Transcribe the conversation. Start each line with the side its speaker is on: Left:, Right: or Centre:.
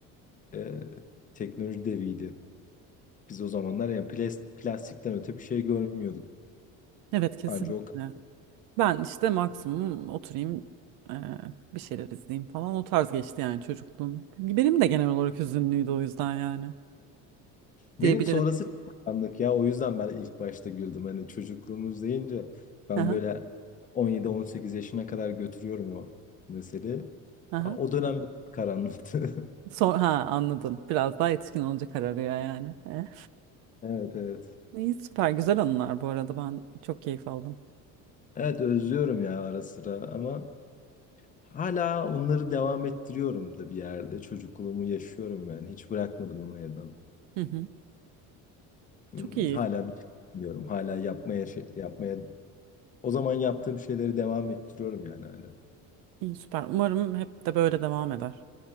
Left: e, teknoloji deviydi. Biz o zamanlar yani plas- plastikten öte bir şey görmüyorduk.
Right: Evet kesinlikle.
Left: Anca o
Right: Ben işte maksimum oturayım eee, bir şeyler izleyeyim falan o tarz geçti yani çocukluğum. Benim de genel olarak hüzünlüydü o yüzden yani
Left: Benim
Right: diyebilirim.
Left: sonrası çok karanlık ya. O yüzden ben ilk başta güldüm. Hani çocukluğumuz deyince ben
Right: Aha,
Left: böyle 17-18 yaşına kadar götürüyorum o meseleyi.
Right: aha.
Left: Ha, O dönem karanlıktı. <laughs>
Right: Son, ha anladım. Biraz daha yetişkin olunca kararıyor yani. Eh.
Left: Evet evet.
Right: İyi süper güzel anılar bu arada ben çok keyif aldım.
Left: Evet özlüyorum ya ara sıra ama hala onları devam ettiriyorum da bir yerde. Çocukluğumu yaşıyorum yani. Hiç bırakmadım onu elden.
Right: Hı hı.
Left: Hmm,
Right: Çok iyi.
Left: Hala bir şey bilmiyorum. Hala yapmaya şey- yapmaya o zaman yaptığım şeyleri devam ettiriyorum yani hala.
Right: İyi, süper. Umarım hep de böyle devam eder.